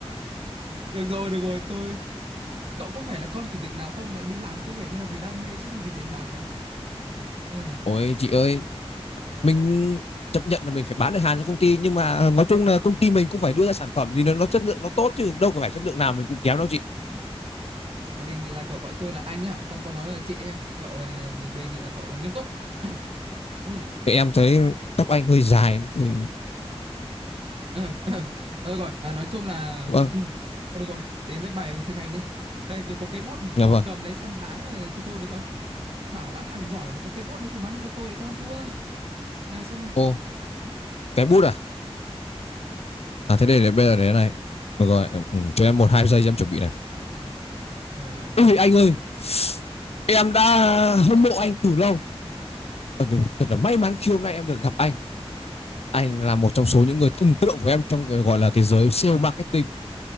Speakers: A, on the right; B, on the left.
A: được rồi được rồi tôi cậu có phải là con chủ tịch nào không mà đi làm có vẻ như là vì đam mê chứ không vì tiền bạc vậy ờ
B: Ôi chị ơi, mình chấp nhận là mình phải bán được hàng cho công ty nhưng mà ờ, nói chung là công ty mình cũng phải đưa ra sản phẩm thì nó, nó chất lượng nó tốt chứ đâu có phải chất lượng nào mình cũng kém đâu chị.
A: À, đề nghị là cậu gọi tôi là anh nhá, không có nói là chị nhá. Cậu là đề nghị là cậu nghiêm túc. <coughs> <clears throat>
B: Thì em thấy tóc anh hơi dài. thì-
A: Ừ. <clears throat> Ờ rồi, à, nói chung là
B: Vâng,
A: ừ. Thôi được rồi, đến với bài thực hành đi. Đây tôi có cây bút này,
B: dạ
A: cậu
B: vâng.
A: cầm lấy xem bán ờ, cho tôi được không? Bảo bán hàng giỏi mà có cây bút này không bán được cho tôi thì không ăn thua. Nào xem nào.
B: Ô, cái bút à? À thế đây để bây giờ để này. Được rồi, em- ừ, cho em một hai giây em chuẩn bị này.
A: Ờ
B: Ôi
A: thực sự
B: anh ơi, em đã hâm mộ anh từ lâu. Thật, là may mắn khi hôm nay em được gặp anh. Anh là một trong số những người thần tượng của em trong gọi là cái giới sale marketing